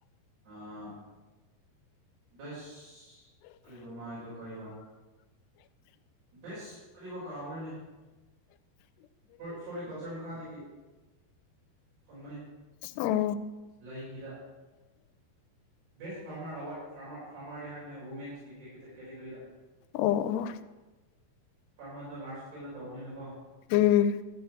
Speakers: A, on the right; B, on the left.
A: ꯑꯥ ꯕꯦꯁ ꯀꯔꯤꯕ ꯃꯥꯏꯗꯣ ꯀꯔꯤꯕ ꯕꯦꯁ ꯀꯔꯤꯔꯤꯕ ꯀꯥꯈ꯭ꯔꯦꯅꯦ ꯐ꯭ꯂꯣꯔꯤꯀꯜꯆ ꯈꯥꯗꯗꯒꯤ ꯐꯪꯕꯅꯤ
B: ꯑꯣ ꯑꯣ
A: ꯂꯩꯒꯤꯗ ꯕꯁ ꯐꯥꯔꯃꯔ ꯑꯦꯋꯥꯔꯗ ꯐꯥꯔ ꯐꯥꯔꯃꯔꯗꯤ ꯍꯥꯏꯕꯅꯤ ꯋꯨꯃꯦꯟꯁꯀꯤ ꯀꯦꯇꯦꯒꯣꯔꯤꯗ
B: ꯑꯣ
A: ꯐꯥꯔꯃꯗꯣ ꯂꯥꯔꯖ ꯏꯁꯀꯦꯜꯗ ꯇꯧꯕꯅꯤꯅꯀꯣ
B: ꯎꯝ